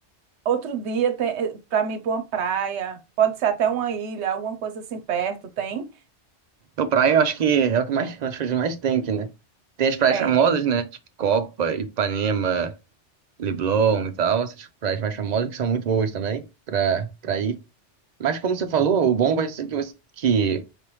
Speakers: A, on the right; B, on the right.
A: outro dia tem para mim ir para uma praia, pode ser até uma ilha, alguma coisa assim perto, tem?
B: a praia eu acho que é o que mais, as coisas que mais tem aqui, né? Tem as praias
A: É,
B: famosas, né? Tipo Copa, Ipanema, Leblon e tal, essas praias mais famosas que são muito boas também pra, pra ir. Mas como você falou, o bom vai ser que você, que